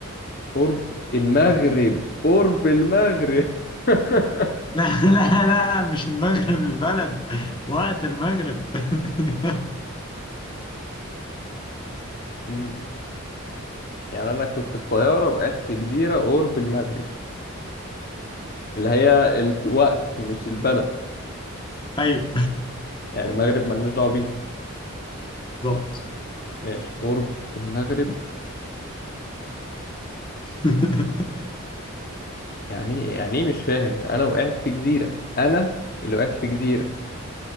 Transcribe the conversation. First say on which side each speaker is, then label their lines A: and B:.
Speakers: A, on the left (about 45°); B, on the left (about 20°).
A: قرب المغرب قرب المغرب <laughs>
B: <laughs> لا لا لا لا مش المغرب البلد وقت المغرب <laughs>
A: مم. يعني انا كنت في طياره وقعت في جزيره قرب المغرب اللي هي الوقت مش البلد
B: ايوه
A: يعني المغرب مالناش دعوه بيها
B: بالظبط
A: ماشي قرب المغرب
B: <laughs>
A: يعني إيه؟ يعني ايه مش فاهم انا وقعت في جزيره انا اللي وقعت في جزيره